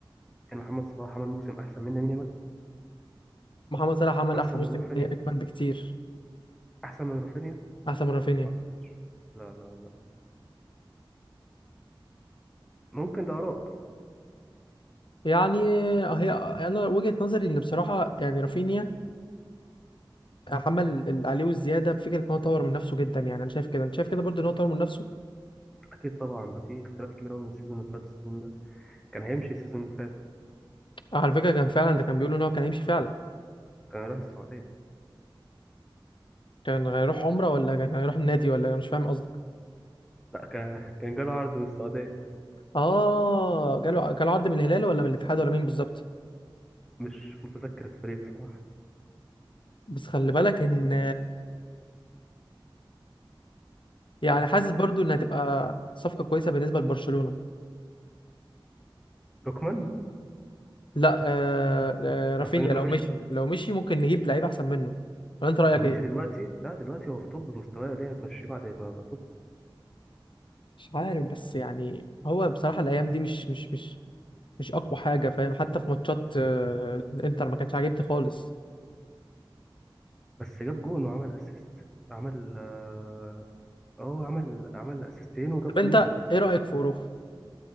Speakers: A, in the centre; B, on the left.
A: يعني محمد صلاح عمل موسم احسن منه مين
B: محمد صلاح عمل
A: احسن
B: احسن موسم
A: من رافينيا
B: كمان بكتير
A: احسن من رافينيا
B: احسن من رافينيا
A: ما اعتقدش لا لا لا ممكن ده اراء
B: يعني هي انا وجهة نظري ان بصراحة يعني رافينيا عمل اللي عليه والزيادة بفكرة ان هو طور من نفسه جدا يعني انا شايف كده انت شايف كده برضو ان هو طور من نفسه
A: اكيد طبعا ده في اختلاف كبير قوي من السيزون اللي فات والسيزون ده كان هيمشي السيزون اللي فات
B: آه، على فكرة كان فعلا ده كان بيقول ان هو كان هيمشي فعلا
A: كان راح السعوديه
B: كان هيروح عمرة ولا كان هيروح النادي ولا أنا مش فاهم قصدك
A: لا كان كان جاله عرض من السعوديه
B: اه جاله جاله عرض من الهلال ولا من الاتحاد ولا مين بالظبط
A: مش متذكر الفريق بصراحه
B: بس خلي بالك ان يعني حاسس برضو انها تبقى صفقة كويسة بالنسبة لبرشلونة
A: لوكمان
B: لا آه آه، رافينيا
A: رافينيا
B: لو
A: لو مشي
B: مشي لو مشي ممكن نجيب لعيب احسن منه ولا انت رأيك
A: لو مشي
B: ايه
A: دلوقتي لا دلوقتي هو في توب مستواه ليه هتمشيه بعد ما يبقى توب
B: مش عارف بس يعني هو بصراحة الايام دي مش مش مش مش اقوى حاجة فاهم حتى في ماتشات آه، الانتر ما كانش عاجبني خالص
A: بس جاب جون وعمل اسيست عمل اه آه، عمل عمل اسيستين وجاب
B: طب
A: جونين
B: انت ايه رأيك في اوروخو